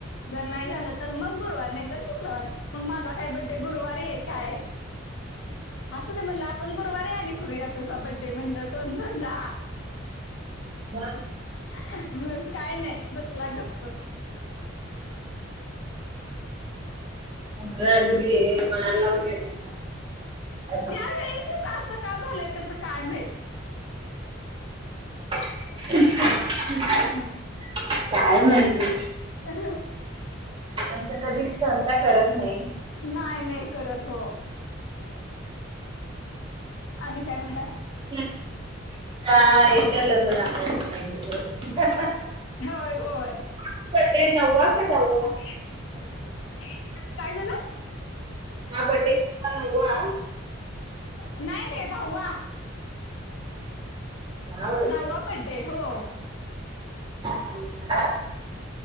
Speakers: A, on the left; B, on the right.
A: जर नाही झालं तर मग गुरुवारी नाही तर शुक्रवारी, मग माझा काय बड्डे गुरुवारी आहे काय? असं ते म्हणलं, आपण गुरुवार आणि करूया, तुझा बड्डे म्हणलं दोन दोन दा.
B: ह <unintelligible> <inaudible>
A: हहंअ, मग काय नाही बसला गप्प.
B: पोर अगदी, मनाला लावून घेतात. नको.
A: या वेळेसचच असं का? झालंय त्याच, काय माहींत.
B: <unintelligible>
A: हम्म
B: <inaudible> काय माहितीय.
A: अ ह
B: तस कधी सहसा करत नाही
A: नाही नाही करत हो आणि काय म्हणताय
B: नाय न, नय हिचा लग्न झालं, <unintelligible>
A: होय
B: <inaudible>
A: होय
B: पट ते नववा कां? दहावा.
A: <unintelligible> <inaudible> काय झालं?
B: हा बदडे, हा नववा.
A: नाय नाय दहावा.
B: दहा वर्ष
A: दहावा बड्डे हो.
B: <inaudible>